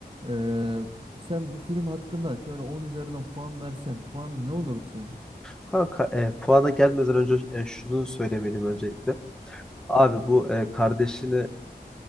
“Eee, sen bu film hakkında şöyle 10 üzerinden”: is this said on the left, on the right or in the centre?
Right